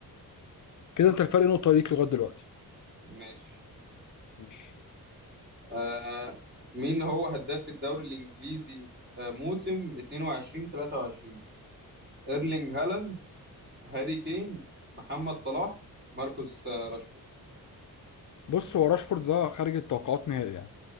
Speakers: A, on the left; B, on the right.
A: كده انت الفرق نقطه ليك لغايه دلوقتي
B: ماشي
A: ماشي
B: آه مين هو هداف الدوري الانجليزي آه موسم 22 23 ايرلينج هالاند هاري كين محمد صلاح ماركوس آه، راشفورد
A: بص هو راشفورد ده خارج التوقعات نهائي يعني